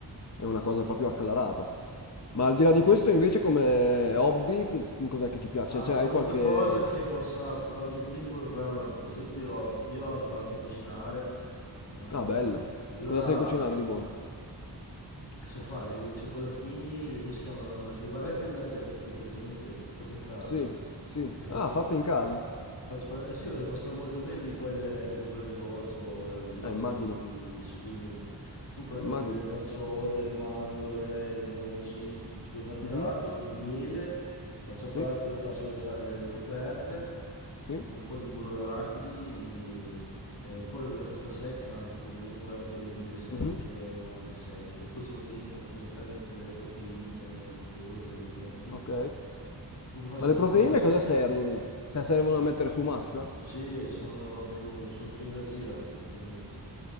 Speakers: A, on the left; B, on the left.
A: È una cosa proprio acclarata. Ma al di là di questo, invece, come hobby, che- cos'è che ti piace?
B: Ah,
A: Cioè,
B: qualunque
A: hai qualche...
B: cosa che possa occuparmi il tempo per me è un hobby. Per esempio, io ho imparato a cucinare, no?
A: Ah, bello.
B: E allora
A: Cosa sai cucinare di buono?
B: So fare i cioccolatini, le, come si chiamano? Le barrette energetiche, presente? Fatte in casa.
A: Sì, sì.
B: Le faccio
A: Ah, fatta in casa.
B: Faccio pare- eh sì, perché costa molto meno di quelle che compri al negozio o dal negozio
A: Eh, immagino,
B: di, pro- di supplementi. Tu prendi
A: immagino.
B: le nocciole, le mandorle, le noci al supermercato,
A: Mhm,
B: il miele, la cioccolata
A: Sì,
B: per fare se vuoi fare le ricoperte,
A: sì.
B: poi un po' di burro d'arachidi, eh, oppure della frutta secca anche comunque, anche le mele secche,
A: mhm,
B: le banane secche, oppure ci metti dentro anche direttamente le proteine in polvere, le vitamine.
A: Ok.
B: Comunque fai
A: Ma
B: questo
A: le
B: composto
A: proteine
B: secco.
A: cosa servono? Cioè, servono a mettere su massa?
B: Sì, sono più, sono più energia praticamente, sì.